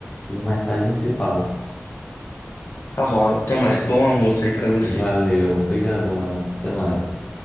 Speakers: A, on the left (about 25°); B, on the left (about 60°).
A: E mais tarde a gente se fala.
B: Tá bom, até mais. Bom almoço aí pra você.
A: Valeu. Obrigadão, Alan. Até mais.